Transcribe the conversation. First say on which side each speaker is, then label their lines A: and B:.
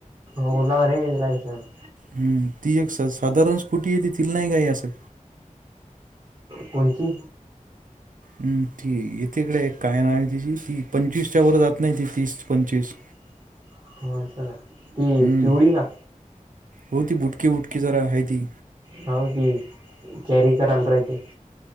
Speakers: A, on the right; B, on the right.
A: ओलावर हे लायसन्स.
B: हम्म, ती एक स- साधारण स्कुटीय देतील ना काही असं.
A: कोणची?
B: हम्म ती येथेकडे काय नाव तिची? ती पंचवीसच्या वर जात नाही ती तीस पंचवीस
A: <unintelligible> ती
B: हम्म
A: पिवळी का?
B: हो ती बहुकी बुटकी जरा, हाय ती.
A: हा की कॅरी करायला राहायचं